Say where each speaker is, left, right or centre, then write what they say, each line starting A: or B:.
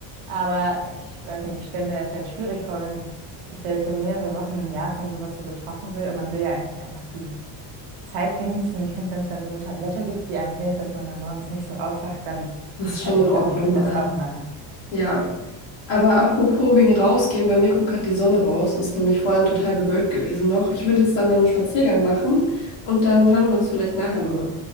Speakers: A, on the right; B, on the left.
A: Aber ich weiß nicht, ich stelle mir das halt schwierig vor, wenn ich da jetzt so mehrere Wochen im Jahr von sowas so betroffen will und man will ja eigentlich einfach die Zeit genießen. Ich finde, wenn es dann so eine Tablette gibt, die einem hilft, dass man dann morgens nicht so aufwacht, dann,
B: Das ist
A: also
B: schon in
A: ich glaube,
B: Ordnung
A: ich würde das
B: mal.
A: auch machen.
B: Ja. Aber apropos wegen rausgehen, bei mir kommt gerade die Sonne raus. Es ist nämlich vorhin total bewölkt gewesen noch. Ich würde jetzt dann mal einen Spaziergang machen und dann hören wir uns vielleicht nachher nochmal.